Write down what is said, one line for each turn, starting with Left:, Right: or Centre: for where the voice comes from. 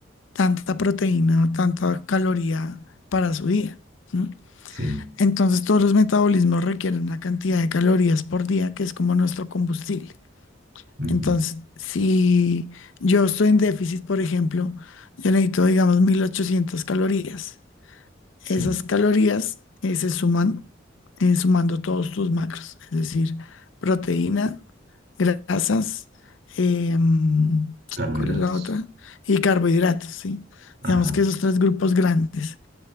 Left: tanta proteína o tanta caloría para su día. ¿no?
Right: Sí.
Left: Entonces todos los metabolismos requieren una cantidad de calorías por día que es como nuestro combustible.
Right: Ujú.
Left: Entonces, si yo estoy en déficit, por ejemplo, yo necesito, digamos, 1800 calorías.
Right: Sí.
Left: Esas calorías eh, se suman eh, sumando todos tus macros, es decir, proteína, grasas, em,
Right: Carbohidratos.
Left: ¿cuál es la otra? Y carbohidratos, ¿sí?
Right: Ajá.
Left: Digamos que esos tres grupos grandes.